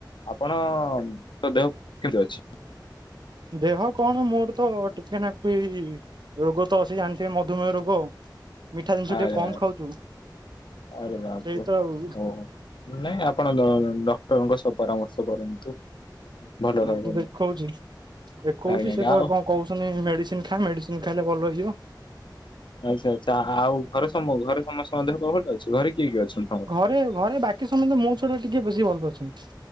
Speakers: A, on the left; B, on the right.
A: ଆପଣ ତ ଦେହ କେମିତି ଅଛି?
B: ଦେହ କଣ ମୋର ତ ଟିକେ ନାକୁ ଏଇ ରୋଗ ତ ଅଛି ଜାଣିଥିବେ ମଧୁମେହ ରୋଗ। ମିଠା ଜିନିଷ
A: ଆରେ
B: ଟିକେ କମ ଖାଉଛୁ
A: ଆରେ ବାପରେ
B: ସେଇ ତ ଆଉ।
A: ଓହୋ। ନାଇଁ ଆପଣ ଡକ୍ଟରଙ୍କ ସହ ପରାମର୍ଶ କରନ୍ତୁ। ଭଲ
B: ହଁ
A: ରହିବ
B: ତୁ ଦେଖଉଛି
A: ଦେହ।
B: ଦେଖଉଛି
A: ଆଜ୍ଞା ଆଜ୍ଞା
B: ସେ ତ
A: ଆଉ
B: କଣ କହୁଛନ୍ତି ମେଡ଼ିସିନ ଖା ମେଡ଼ିସିନ ଖାଇଲେ ଭଲ ହେଇଯିବ।
A: ଆଚ୍ଛା ଆଛା ଆଉ ଘରେ ସମ ଘରେ ସମସ୍ତେ ମଧ୍ୟଟ ଅଛି ଘରେ କିଏ କିଏ ଅଛନ୍ତି ତମର?
B: ଏ ଘରେ ବାକି ସମୟସ୍ତେ ମୋ ଛଡା ଟିକେ ବେଶି ଭଲ ରେ ଅଛନ୍ତି।